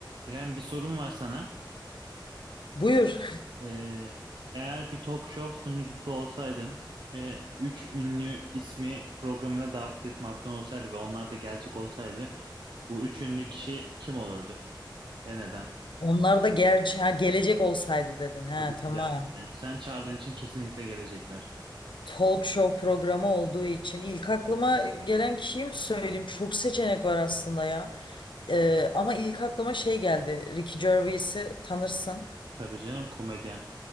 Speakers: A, on the right; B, on the left.
A: İrem bir sorum var sana.
B: Buyur.
A: Ee, eğer bir talk show sunucusu olsaydın ve üç ünlü ismi programına davet etme hakkın olsaydı ve onlar da gelecek olsaydı bu üç ünlü kişi kim olurdu ve neden?
B: Onlar da gerçi ha, gelecek olsaydı dedin. Ha
A: Tabii
B: tamam.
A: ki de. Yani sen çağırdığın için kesinlikle gelecekler.
B: Talk show programı olduğu için ilk aklıma gelen kişiyi mi söyleyeyim? Çok seçenek var aslında ya. Ee, ama ilk aklıma şey geldi. Ricky Gervais'i tanırsın.
A: Tabii canım komedyen.